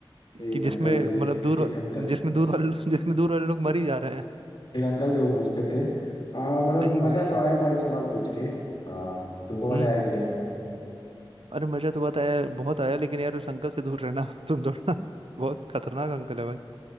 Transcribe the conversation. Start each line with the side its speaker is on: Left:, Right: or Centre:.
Left: एक
Right: कि जिसमें
Left: अंकल थे
Right: मतलब
Left: <laughs>
Right: दूर वा-
Left: एक अंकल
Right: जिसमें दूर वाले जिसमें दूर वाले लोग मर ही जा रहे हैं
Left: एक अंकल थे वो पूछते थे आ, मतलब
Right: नहीं भाई
Left: मजा तो आया भाई सवाल पूछ के आ, तुमको मजा
Right: हम्म
Left: आया कि नहीं
Right: अरे मजा तो बहुत आया बहुत आया लेकिन यार उस अंकल से दूर रहना <laughs> तुम थोड़ा बहुत खतरनाक अंकल है भाई